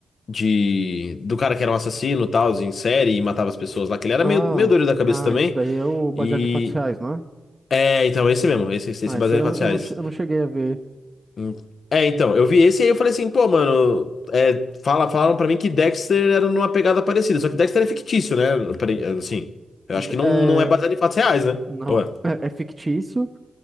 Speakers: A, on the left; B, on the right.
A: de do cara que era um assassino, tal, em série e matava as pessoas lá, que ele era
B: Ah,
A: meio, meio doido da cabeça
B: ah,
A: também.
B: isso daí é o baseado
A: E
B: em fatos reais, não é?
A: é, então esse mesmo, esse esse,
B: Ah,
A: esse baseado
B: isso eu,
A: em fatos
B: eu
A: reais.
B: não, che- eu não cheguei a ver.
A: Hum. É, então, eu vi esse e aí eu falei assim, pô, mano, é, fala, falaram pra mim que Dexter era numa pegada parecida, só que Dexter é fictício, né? Apare- Assim, eu
B: D-
A: acho que não,
B: É,
A: não é baseado em fatos reais, né?
B: não,
A: Ué.
B: é, é fictício.